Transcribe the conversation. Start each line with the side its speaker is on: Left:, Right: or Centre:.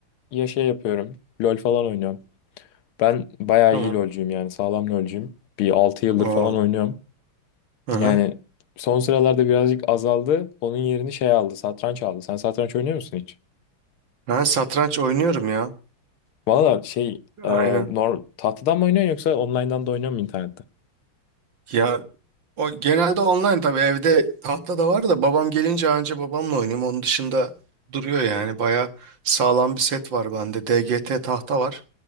Left: Ya şey yapıyorum. LoL falan oynuyorum. Ben bayağı
Right: Tamam.
Left: iyi LoL'cuyum yani. Sağlam LoL'cuyum. Bir altı yıldır
Right: Oo.
Left: falan oynuyorum.
Right: Aha.
Left: Yani son sıralarda birazcık azaldı. Onun yerini şey aldı. Satranç aldı. Sen satranç oynuyor musun hiç?
Right: Ben satranç oynuyorum ya.
Left: Valla şey e,
Right: Aynen.
Left: nor tahtadan mı oynuyorsun yoksa online'dan da oynuyor musun internette?
Right: Ya o genelde online tabii evde tahta da var da babam gelince anca babamla oynuyorum. Onun dışında duruyor yani. Baya sağlam bir set var bende. DGT tahta var.